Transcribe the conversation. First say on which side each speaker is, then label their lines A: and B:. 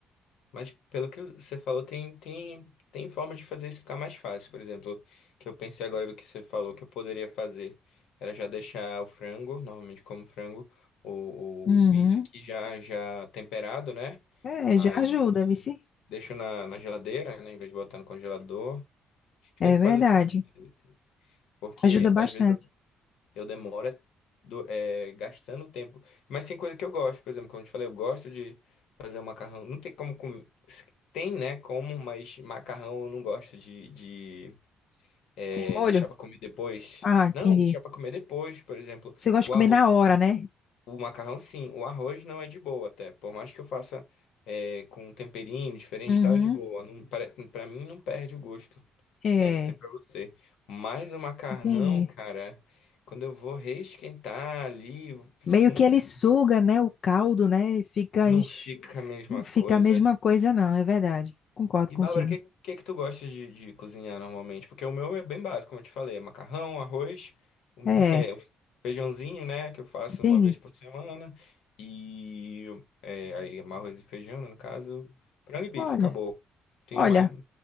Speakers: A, on the left; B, on the left.
A: Mas pelo que você falou, tem, tem, tem formas de fazer isso ficar mais fácil. Por exemplo, que eu pensei agora do que você falou que eu poderia fazer era já deixar o frango, normalmente como frango, o,
B: Uhum.
A: o bife aqui já, já temperado, né?
B: É,
A: Aí
B: já ajuda, vice.
A: deixo na, na geladeira, né? Em vez de botar no congelador. Acho que
B: É
A: deve fazer
B: verdade.
A: sentido. assim, Porque
B: Ajuda bastante.
A: às vezes eu demoro é do- é, gastando tempo. Mas tem coisa que eu gosto, por exemplo, como eu te falei, eu gosto de fazer um macarrão. Não tem como comer. Tem, né? Como, mas macarrão eu não gosto de, de, é,
B: Sem molho?
A: deixar pra comer depois.
B: Ah, entendi.
A: Não, deixar pra comer depois, por exemplo.
B: Você gosta
A: O
B: de comer
A: arroz,
B: na hora, né?
A: o macarrão, sim. O arroz não é de boa até. Por mais que eu faça é, com um temperinho diferente,
B: Uhum.
A: e tal, é de boa. Não, para, pra mim não perde o gosto
B: É,
A: né? Não sei pra você. Mas o macarrão,
B: entendi.
A: cara, quando eu vou reesquentar ali, tipo,
B: Meio
A: não
B: que
A: fica,
B: ele suga, né, o caldo, né, e fica,
A: não
B: enx-
A: fica a mesma
B: não fica
A: coisa.
B: a mesma coisa, não, é verdade. Concordo
A: E
B: contigo.
A: Bárbara, o que, que que tu gosta de, de cozinhar normalmente? Porque o meu é bem básico, como eu te falei, é macarrão, arroz, um-
B: É,
A: <laughs> é, o feijãozinho, né, que eu faço
B: entendi.
A: uma vez por semana, e é, aí é arroz e feijão, né, no caso, frango e bife,
B: Olha,
A: acabou. Tem
B: olha,
A: mais